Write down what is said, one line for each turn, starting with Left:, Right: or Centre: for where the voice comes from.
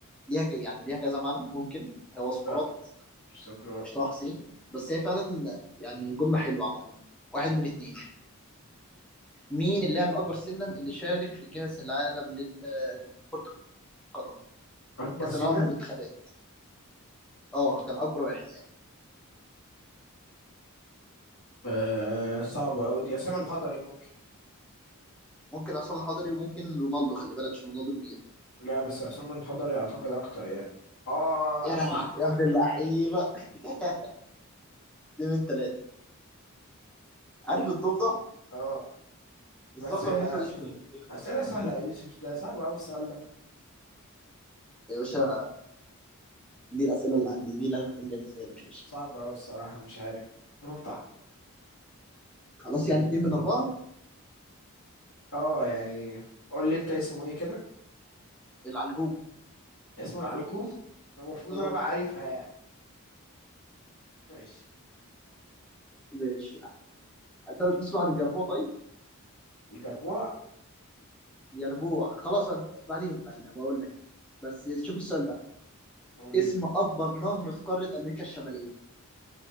Centre: ليها يعني ليها كذا معنى ممكن هو سقراط
Left: لا سكران
Centre: مش طه حسين بس هي فعلا يعني جملة حلوة عموما يعني واحد
Left: مم.
Centre: من اتنين مين اللاعب الأكبر سنا اللي شارك في كأس العالم لل- آه، لكرة القدم
Left: أكبر
Centre: كأس
Left: سنا
Centre: العالم للمنتخبات اه كان أكبر واحد يعني
Left: آه صعبة أوي دي عصام الحضري ممكن
Centre: ممكن عصام الحضري وممكن رونالدو خلي بالك عشان رونالدو كبير
Left: لا بس عصام الحضري أعتقد أكتر يعني آه
Centre: يا
Left: صح
Centre: لهوي يا ابن اللعيبة <laughs> دي من ثلاثة عارف الضفدع
Left: <laughs> آه
Centre: الذكر
Left: بس آه،
Centre: منه اسمه ايه
Left: أسئلة سهلة يا يوسف ده صعب أوي السؤال ده
Centre: يا باشا دي الأسئلة اللي عندي دي اللي أنا كنت مجهزها لك يا باشا
Left: صعب أوي الصراحة مش عارف تفضح
Centre: خلاص يعني اتنين من أربعة
Left: آه يعني قول لي أنت اسمه إيه كده
Centre: العلجوم
Left: اسمه العلجوم المفروض
Centre: اه
Left: أنا بقى عارفها يعني ماشي
Centre: ماشي أنت تسمع عن اليربوع طيب
Left: الجربوع
Centre: يربوع خلاص أنا- بعدين بعدين أبقى اقول لك بس شوف السؤال ده
Left: قول
Centre: اسم
Left: لي
Centre: اكبر نهر في قاره امريكا الشماليه